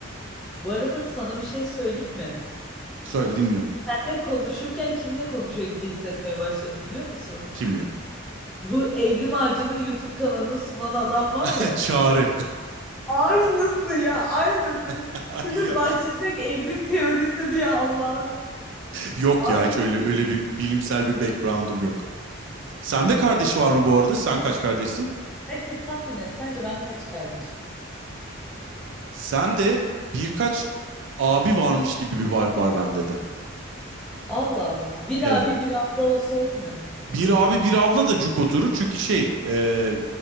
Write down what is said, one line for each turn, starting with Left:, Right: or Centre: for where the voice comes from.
Centre: Bu arada sana bir şey söyleyeyim mi?
Right: Söyle dinliyorum.
Centre: Senle konuşurken kimle konuşuyor gibi hissetmeye başladım biliyor musun?
Right: Kimle?
Centre: Bu Evrim Ağacı'nın YouTube kanalını sunan adam var
Right: <laughs>
Centre: ya.
Right: Çağrı.
Centre: Aynısı ya aynısı.
Right: <laughs> Ay
Centre: Şimdi
Right: ya,
Centre: başlayacak evrim teorisi diye Allah'ım.
Right: yok
Centre: Aynı.
Right: ya hiç öyle öyle bir bilimsel bir background'um yok. Sende kardeş
Centre: Ol-
Right: var mı bu arada? Sen kaç kardeşsin?
Centre: Hadi tahmin et. Sence ben kaç kardeşim?
Right: Sende birkaç abi varmış gibi bir vibe var bende de.
Centre: Allah Allah. Bir
Right: Evet.
Centre: abi bir abla olsa olmuyor mu?
Right: Bir abi bir abla da cuk oturur. Çünkü şey e,